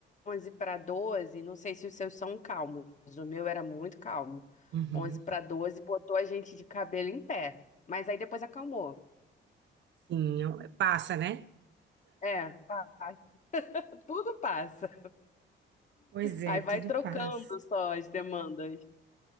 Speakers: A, on the left; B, on the right.
A: 11 para 12. não sei se os seus são calmos, o meu era muito calmo.
B: Uhum.
A: 11 para 12 botou a gente de cabelo em pé, mas aí depois acalmou.
B: Sim, é um, passa, né?
A: É, passa. Tudo passa.
B: Pois é,
A: Aí
B: tudo
A: vai trocando
B: passa.
A: só as demandas.